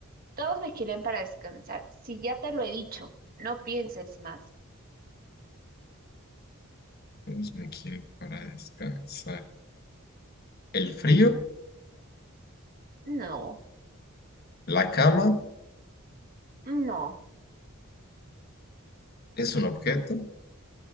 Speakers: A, on the right; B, on the left.
A: todos me quieren para descansar. Sí, ya te lo he dicho, no pienses más.
B: Entonces me quiero para descansar. ¿El frío?
A: No,
B: ¿La cama?
A: no.
B: ¿Es un objeto?